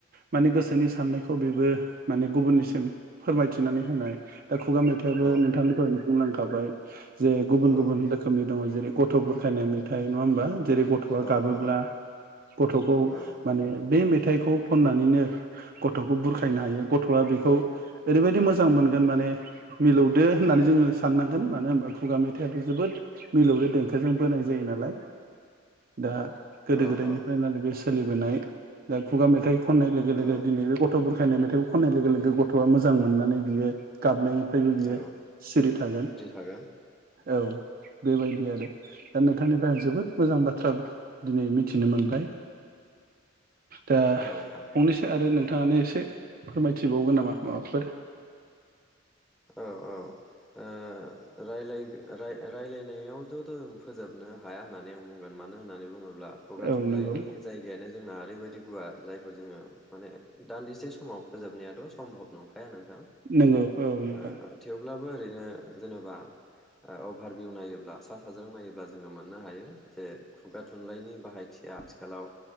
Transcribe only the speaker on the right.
माने गोसोनि साननायखौ बेबो माने गुबुननिसिम फोरमायथिनानै होनाय दा खुगा मेथाइआ
नोंथांनिखौहनो बुंलांखा थाबाय। जे गुबुन
गुबुन। दङ' जेरै गथ' बुरखायनाय मेथाइ नङा होमबा? जेरै गथ'आ
गाबोब्ला
गथ'खौ
माने बे मे थाइखौ खननानैनो गथ'खौ बुरखायनो हायो गथ'आ बेखौ ओरैबायदि मोजां मोनगोन माने मिलौ दो होननानै जोङो साननांगोन मानो होनबा खुगा मेथाइआथ' जोबोद मिलौदो देंखोजों बोनाय जायो नालाय। दा गोदो
गोदायनिफ्रायनो बे स सोलिबोनाय दा खुगा मेथाइ खनाय लोगो
लोगो दिनैबो ग थ' बुरखायनाय मेथाइखौ खननाय लोगो लोगो गथ'आ मोजां मोननानै बियो गाबनाय फ्रायबो
बियो सिरि थागोन
औ। बेबायदि आरो दा नों थांनिफ्राय आं जोबोद
मोजां बाथ्रा दिनै मिथिनो मोनबाय। दा
फंनैसो आरो नों थाङानो एसे फोरमायथिबावगोन नामा माबाफोर?
औ
नंगौ
नोंगौ औ।